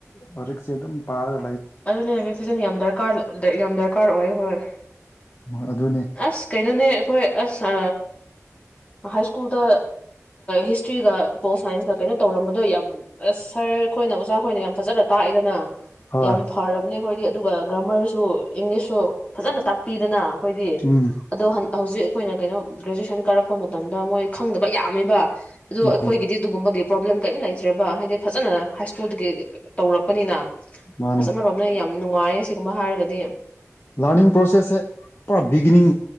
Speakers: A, on the left (about 50°); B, on the left (about 25°).
A: ꯄꯔꯛꯁꯦ ꯑꯗꯨꯝ ꯄꯥꯔ
B: ꯑꯗꯨꯅꯦ ꯑꯩꯣꯏ ꯐꯤꯖꯟ ꯌꯥꯝ ꯗꯔꯀꯥꯔ ꯌꯥꯝ ꯗꯔꯀꯥꯔ ꯑꯣꯏ ꯍꯣꯏ
A: ꯍꯣꯏ ꯑꯗꯨꯅꯤ
B: ꯑꯁ ꯀꯩꯅꯣꯅꯦ ꯑꯩꯈꯣꯏ ꯑꯁ ꯍꯥꯏ ꯁ꯭ꯀꯨꯜꯗ ꯍꯤꯁꯇ꯭ꯔꯤꯒ ꯄꯣꯠ ꯁꯥꯏꯟꯁꯀ ꯀꯩꯅꯣ ꯇꯧꯔꯝꯕꯗꯣ ꯌꯥꯝ ꯑꯁ ꯁꯥꯔ ꯑꯩꯈꯣꯏꯅ ꯑꯣꯖꯥ ꯈꯣꯏꯅ ꯌꯥꯝ ꯐꯖꯂꯦ ꯇꯥꯛꯏꯗꯅ
A: ꯍꯣꯏ
B: ꯌꯥꯝ ꯐꯔꯕꯅꯦ ꯑꯩꯈꯣꯏꯗꯤ ꯑꯗꯨꯒ ꯒ꯭ꯔꯥꯃꯔꯁꯨ ꯏꯪꯂꯤꯁꯁꯨ ꯐꯖꯅ ꯇꯥꯛꯄꯤꯗꯅ ꯑꯩꯈꯣꯏꯗꯤ
A: ꯎꯝ
B: ꯑꯗꯣ ꯍ ꯍꯧꯖꯤꯛ ꯑꯩꯈꯣꯏꯅ ꯀꯩꯅꯣ ꯒ꯭ꯔꯦꯖꯨꯦꯁꯟ ꯀꯥꯔꯛꯄ ꯃꯇꯝꯗ ꯃꯣꯏ ꯈꯪꯗꯕ ꯌꯥꯝꯃꯦꯕ ꯑꯗꯨ
A: ꯎꯝ
B: ꯑꯩꯈꯣꯏꯒꯤꯗꯤ ꯑꯗꯨꯗꯨꯒꯨꯝꯕꯒꯤ ꯄ꯭ꯔꯣꯕ꯭ꯂꯦꯝ ꯀꯔꯤꯝ ꯂꯩꯇ꯭ꯔꯦꯕ ꯍꯥꯏꯗꯤ ꯐꯖꯅ ꯍꯥꯏ ꯁ꯭ꯀꯨꯜꯗꯒꯤ ꯇꯧꯔꯛꯄꯅꯤꯅ
A: ꯃꯥꯅꯦ
B: ꯑꯁ ꯑꯃꯔꯣꯝꯅ ꯌꯥꯝ ꯌꯥꯝ ꯅꯨꯡꯉꯥꯏꯌꯦ ꯑꯁꯤꯒꯨꯝꯕ ꯍꯥꯏꯔꯒꯗꯤ
A: ꯂꯥꯔꯅꯤꯡ ꯄ꯭ꯔꯣꯁꯦꯁꯁꯦ ꯄꯨꯔꯥ ꯕꯤꯒꯤꯅꯤꯡ